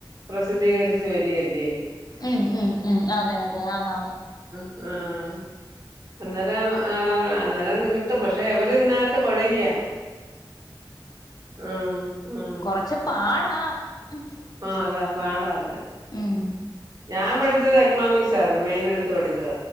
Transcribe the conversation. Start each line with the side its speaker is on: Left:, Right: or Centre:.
Right: പ്രസിദ്ധീകരിച്ച് വരിയല്ലേ?
Left: ഉം, ഉം, ഉം അതെ, അതെ ആന്ന് ആന്ന്.
Right: ഉം അന്നരം ആഹ് അന്നരം കിട്ടും പക്ഷെ ഇവര് ഇതിനകത്ത് കൊഴയ. ആഹ് ആഹ്
Left: കൊറച്ച് പാടാ <inaudible>
Right: ആഹ് അതാ പാടാ അത്.
Left: ഉം
Right: ഞാൻ പഠിച്ചത് എക്കണോമിക്സ് ആയിരുന്നു മെയിൻഎടുത്ത് പഠിച്ചത.